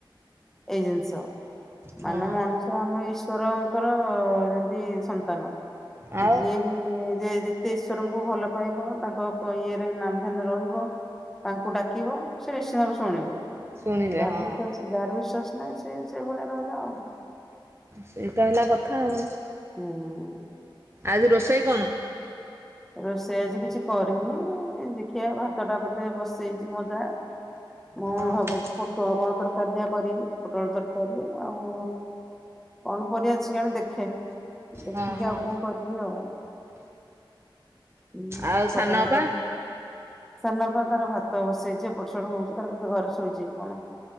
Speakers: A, in the centre; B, on the right (about 30°).
A: ଏଇ ଜିନିଷ ମାନେ,
B: ହଁ
A: ମଣିଷ ଆମ ଈଶ୍ଵରଙ୍କର ଯେମିତି ସନ୍ତାନ।
B: ଆଉ
A: ଯିଏ ଯେ ଯେତେ ଈଶ୍ୱରଙ୍କୁ ଭଲ ପାଇବ, ତାଙ୍କ ପ ଇଏରେ ନାମଧାନ ରେ ରହିବ ତାଙ୍କୁ ଡାକିବ ସେ ନିଶ୍ଚିନ୍ତ ଭାବେ ଶୁଣିବେ।
B: ଶୁଣିବେ
A: ଯାହାର
B: ହଁ
A: ବିଶ୍ବାସ ଯାହାର ବିଶ୍ଵାସ ନାହିଁ, ସେ ସେଇ ଭଳିଆ ରହିଲା ଆଉ।
B: ସେଇ ତ ହେଲା କଥା ଆଉ
A: ହୁଁ
B: ଆଜି ରୋଷେଇ କଣ?
A: ରୋଷେଇ ଆଜି କିଛି କରିନି ଏ ଦେଖିବା ଭାତ ଟା ବୋଧେ ବସେଇଛି ମଜା ମୁଁ
B: ଓହୋ
A: ଭାବୁଛି ପୋଟଳ କଣ ତରକାରି ଯାହା କରିବି ପୋଟଳ ତର୍କାରୀ ଆଉ କଣ ପରବା ଅଛି କିଆଣୀ ଦେଖେ। ଦେଖିକି
B: ହଁ ହଁ
A: ଆଉ କଣ କରିବି ଆଉ। ହୁଁ
B: ଆଉ
A: ସକାଳେ
B: ସାନ ଅପା
A: ସାନ ଅପା ତାର ଭାତ ବସେଇଛି। ଏପଟ ସେପଟ ହଉଛି ତାର ବୋଧେ ଘରେ ଶୋଇଚି କି କଣ?